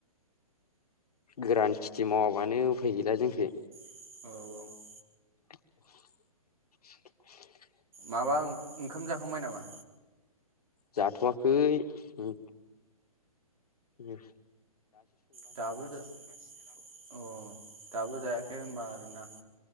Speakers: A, on the left; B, on the right.
A: गोरान खिथि मावाबानो उफाय गैला जोंखै।
B: औ औ
A: <inaudible>
B: माबा ओंखाम जाखांबाय नामा?
A: जाथ'वाखै उम। उम
B: दाबो <unintelligible> अ दाबो जायाखै होनबा आरोना।